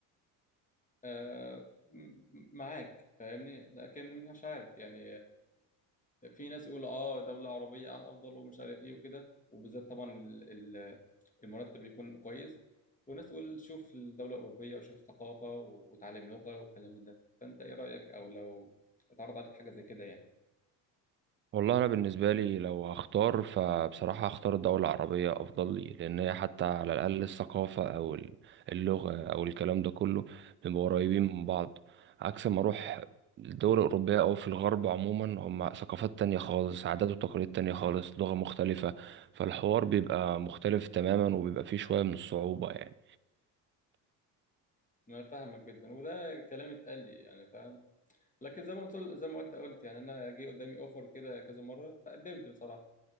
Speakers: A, on the left; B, on the right.
A: آه، م- م- معاك فاهمني لكن مش عارف يعني في ناس يقولوا اه دولة عربية افضل ومش عارف ايه وكده وبالذات طبعا ال- ال- المرتب يكون كويس وناس تقول شوف الدولة الأوروبية وشوف الثقافة و- وتعلم لغة والكلام من ده فأنت إيه رأيك أو لو اتعرض عليك حاجة زي كده يعني
B: والله انا بالنسبة لي لو هختار فبصراحة هختار الدولة العربية افضل لي لان هي حتى على الاقل الثقافة او ال- اللغة او الكلام ده كله بيبقوا قريبين من بعض عكس ما اروح الدول الاوروبية او في الغرب عموما هم ثقافات تانية خالص عادات وتقاليد تانية خالص لغة مختلفة فالحوار بيبقى مختلف تماما وبيبقى فيه شوية من الصعوبة يعني
A: أنا فاهمك جدا وده كلام اتقال لي يعني فاهم لكن زي ما قلت زي ما أنت قلت يعني أنا جه قدامي أوفر كده كذا مرة فقدمت بصراحة